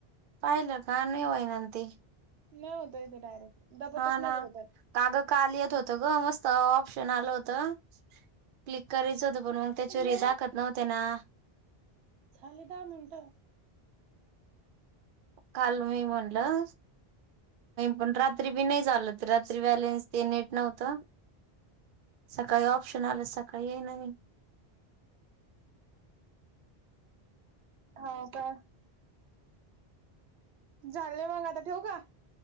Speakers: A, on the right (about 60°); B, on the right (about 80°).
A: पाहिलं का? नाही होईना ना ते.
B: नाही होतंय ते डायरेक्ट. दबतच
A: हा
B: नाही
A: ना.
B: दिलं तर
A: का ग काल येत होतं ग, मस्त ऑप्शन आलं होतं. क्लिक करायचं होतं पण मग त्याच्यावर
B: हॅलो
A: हे दाखवत नव्हते ना.
B: झाले दहा मिनटं.
A: काल मी म्हणलं पण रात्री बी नाही झालं होत, रात्री बॅलेन्स ते नेट नव्हत. ते सकाळी ऑप्शन आलं सकाळी आहे ना मी.
B: हो का? झालंय मग आता, ठेवू का.